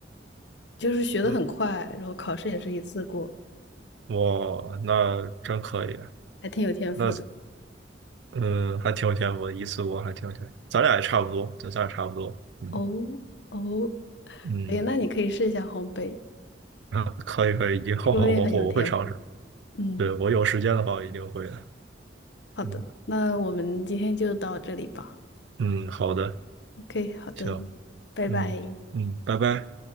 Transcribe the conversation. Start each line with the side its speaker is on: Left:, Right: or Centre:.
Left: 就是学的很快，
Right: 嗯，
Left: 然后考试也是一次过，
Right: 哇，那真可以，
Left: 还挺有天赋的。
Right: 那嗯还挺有天赋的，一次过还挺有天赋。咱俩也差不多，对，咱俩差不多。嗯
Left: 哦哦，
Right: 嗯，
Left: 哎，那你可以试一下烘焙。
Right: <laughs> 啊可以可以，以后我我我会尝试。
Left: 说不定很有天赋。嗯，
Right: 对，我有时间的话，我一定会的。
Left: 好的，
Right: 嗯
Left: 那我们今天就到这里吧。
Right: 嗯，好的，
Left: OK，好的，
Right: 行，
Left: 拜拜。
Right: 嗯嗯，拜拜。